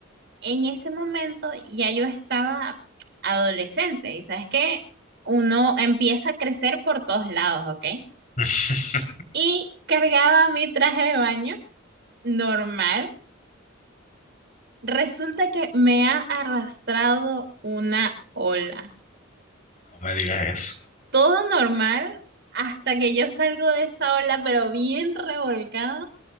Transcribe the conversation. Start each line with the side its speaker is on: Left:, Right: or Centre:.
Right: En ese momento ya yo estaba adolescente y sabes que uno empieza a crecer por todos lados, ¿ok?
Left: <laughs>
Right: Y cargaba mi traje de baño normal. Resulta que me ha arrastrado una ola.
Left: No me digas eso.
Right: Todo normal hasta que yo salgo de esa ola, pero bien revolcada